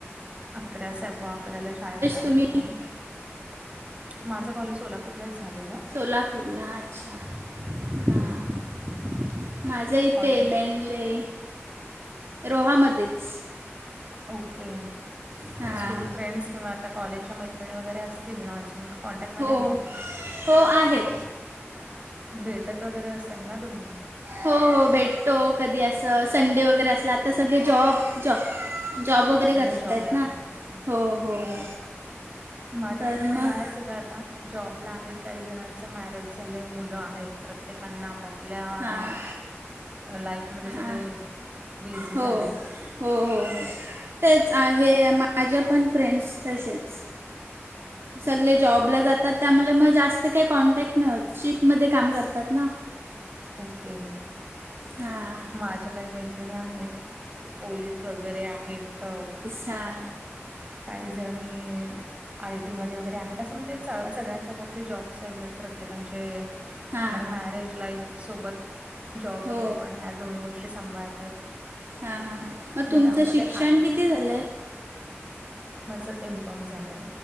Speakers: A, on the right; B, on the right.
A: अकरा सव्वा अकराला शाळेत जात
B: तुम्ही
A: होतो आम्ही. माझं कॉलेज सोलापूरलाच झालेलं.
B: सोलापूरला हा अच्छा. हां माझं इथे
A: कॉलेज
B: मेनले रोहामध्येच.
A: ओके.
B: हां
A: स्कूल फ्रेंडस किंवा आता कॉलेजच्या मैत्रिणी वगैरे असतील ना अजून? कॉन्टॅक्ट मध्ये
B: हो
A: आहेत का?
B: हो आहेत
A: भेटत वगैरे असाल ना तुम्ही?
B: हो हो भेटतो कधी असं संडे वगैरे असला त र आता सगळे जॉब जॉब जॉब वगैरे
A: सगळे
B: करतेत
A: जॉबला
B: ना.
A: वगैरे असतात
B: हो हो हो.
A: माझ्या
B: तर
A: पण फ्रेंड
B: मग
A: आहेत सगळ्या, आता जॉबला आहे, काही जणांच मॅरेज झालंय, मुलं आहेत प्र त्येकानां. आपल्या
B: हां
A: लाईफमध्ये सगळे
B: हां
A: बिझी
B: हो
A: झालेत.
B: हो हो हो, तेच आहे माझ्या पण फ्रेंड्स तसेच. सगले जॉबला जातात त्यामुळे मग जास् त काही कॉन्टॅक्ट न शिपमध्ये काम करतात ना.
A: ओके
B: हां
A: माझ्या काही मैत्रिणी आहेत. पोलीस वगैरे आहेत.
B: हा.
A: काही जणी आयटी मध्ये वगैरे आहेत, असं म्हणजे सगळ्यांचे आपापले जॉब्स चालू आहेत प्रत्येकांचे
B: हां
A: आणि
B: हां
A: मॅरेज लाईफ सोबत जॉब
B: हो
A: वगैरे पण या दोन गोष्टी सांभाळता आहेत.
B: हा हा हा, मग तुमचं
A: त्यामध्ये
B: शिक्षण
A: आधी
B: किती झालंय?
A: माझं एमकॉम झालंय.